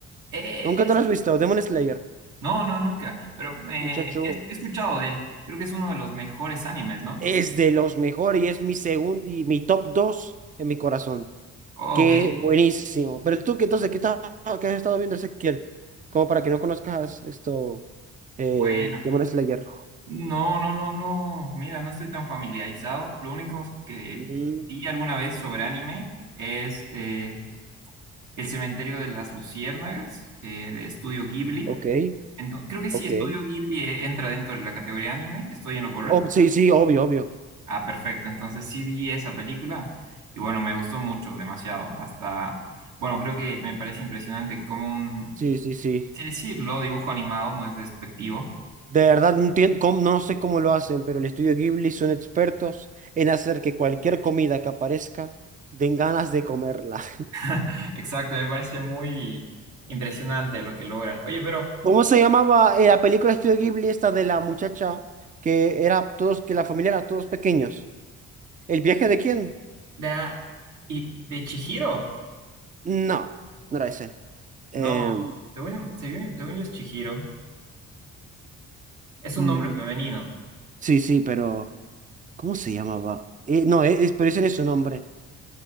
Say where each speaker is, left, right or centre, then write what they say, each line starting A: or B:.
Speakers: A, on the right; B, on the right.
A: Eh,
B: nunca
A: es-
B: te lo has visto, Demon Slayer.
A: no, no, nunca, pero me,
B: Muchacho,
A: he, he escuchado de él. Creo que es uno de los mejores animes, ¿no? Que
B: es
A: existe.
B: de los mejores y es mi segundo y mi top 2 en mi corazón.
A: ok,
B: Qué buenísimo. Pero tú, ¿qué entonces, ¿qué, estás- qué has estado viendo Ezequiel? Como para que no conozcas esto, eh,
A: bueno.
B: Demon Slayer.
A: No, no, no, no. Mira, no estoy tan familiarizado. Lo único que
B: Mm,
A: vi alguna vez sobre anime es eh, El Cementerio de las Luciérnagas, eh, de Estudio Ghibli.
B: ok,
A: Ento- creo que sí,
B: ok.
A: Estudio Ghibli eh, entra dentro de la categoría anime. ¿Estoy en lo correcto?
B: Ob- sí, sí, obvio, obvio.
A: Ah, perfecto. Entonces sí vi esa película y bueno, me gustó mucho, demasiado. Hasta, bueno, creo que me parece impresionante como un,
B: Sí, sí, sí.
A: por así decirlo, dibujo animado, no es despectivo.
B: De verdad, no entien- cómo- no sé cómo lo hacen, pero el estudio Ghibli son expertos en hacer que cualquier comida que aparezca den ganas de comerla. <laughs>
A: <laughs> Exacto, me parece muy impresionante lo que logran. Oye, pero
B: ¿Cómo se llamaba eh, la película de estudio Ghibli esta de la muchacha que era todos, que la familia era todos pequeños? ¿El viaje de quién?
A: la, y, de Chihiro,
B: No, no era ese. Eh,
A: no, según, según, según yo es Chihiro, es
B: mm,
A: un nombre femenino.
B: sí, sí, pero ¿cómo se llamaba? Eh, no, eh, es, pero ese no es su nombre.